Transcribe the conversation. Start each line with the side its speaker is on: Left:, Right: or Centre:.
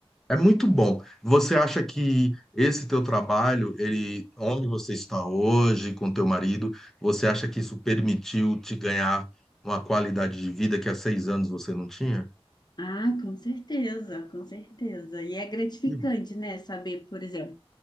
Centre: é muito bom. Você acha que esse teu trabalho, ele, onde você está hoje com teu marido, você acha que isso permitiu te ganhar uma qualidade de vida que há seis anos você não tinha?
Left: Ah, com certeza, com certeza. E é gratificante,
Centre: Que bom.
Left: né? Saber, por exemplo.